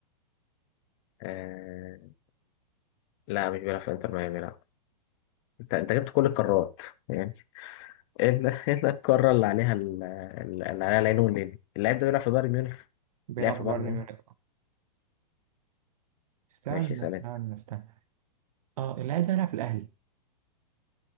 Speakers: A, on the left; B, on the right.
A: آه لا مش بيلعب في انتر ميامي لا انت انت جبت كل القارات يعني الا الا <laughs> القارة اللي عليها ال- اللي عليها العين والليل اللعيب ده بيلعب في بايرن ميونخ
B: بيلعب
A: لعب في
B: في
A: بايرن
B: بايرن
A: ميونخ
B: ميونخ آه، استنى
A: ماشي سلام
B: استنى استنى آه اللاعب ده بيلعب في الأهلي